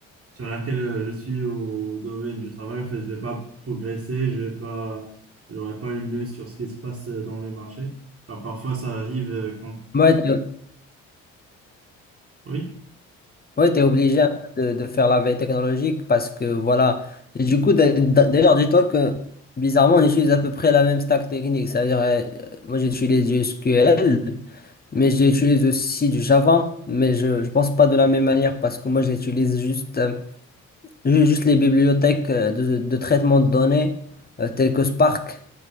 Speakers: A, on the right (about 35°); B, on the left (about 25°).
A: sur laquelle euh, je suis au domaine du travail, en fait, je vais pas progresser. Je vais pas. J'aurai pas une œil sur ce qui se passe euh, dans le marché. Car parfois, ça arrive euh, quand.
B: ouais, t'es,
A: Oui?
B: ouais, t'es obligé un peu de, de faire la veille technologique parce que voilà. Et du coup, d'a- d'a- d'ailleurs, dis-toi que bizarrement, on utilise à peu près la même stack technique. C'est-à-dire, euh, moi, j'utilise du SQL, mais j'utilise aussi du Java, mais je ne pense pas de la même manière parce que moi, j'utilise juste. euh, Ju- Juste les bibliothèques euh, de, de traitement de données euh, telles que Spark.